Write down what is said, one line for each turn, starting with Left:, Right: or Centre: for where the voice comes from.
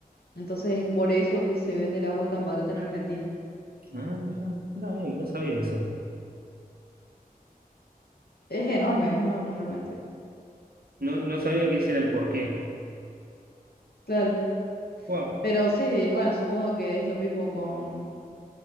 Left: Entonces es por eso que se vende el agua tan barata en Argentina.
Right: ah, mira, mira, ey, no sabía eso.
Left: Es enorme, es enorme realmente.
Right: No, no sabía que ese era el porqué.
Left: Claro.
Right: Wow.
Left: Pero sí, bueno, supongo que es lo mismo con,